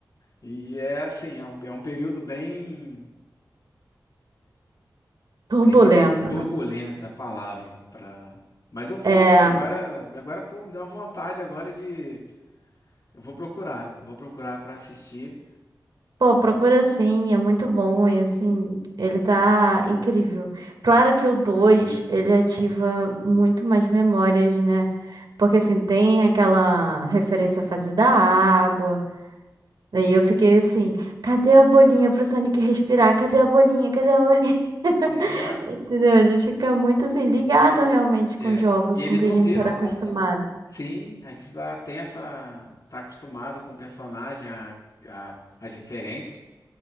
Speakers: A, on the left (about 55°); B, on the right (about 75°).
A: e é assim, é um, é um período bem...
B: Turbulento,
A: Bem dif- turbulenta
B: né?
A: a palavra para. Mas eu vou
B: É.
A: agora, agora pô, me deu uma vontade agora de, eu vou procurar, eu vou procurar para assistir.
B: Pô, procura sim, é muito bom e assim, ele tá incrível. Claro que o 2 ele ativa muito mais memórias, né? Porque assim, tem aquela referência à fase da água. Daí eu fiquei assim, cadê a bolinha pro Sonic respirar? Cadê a bolinha? Cadê a bolinha? <laughs>
A: É,
B: Entendeu? A gente fica muito assim, ligado realmente com
A: é.
B: jogos,
A: E eles
B: com o que
A: ouviram
B: a gente era
A: a
B: acostumado.
A: comunidade. Sim, a gente tá, tem essa, tá acostumado com o personagem, a, a- as referências.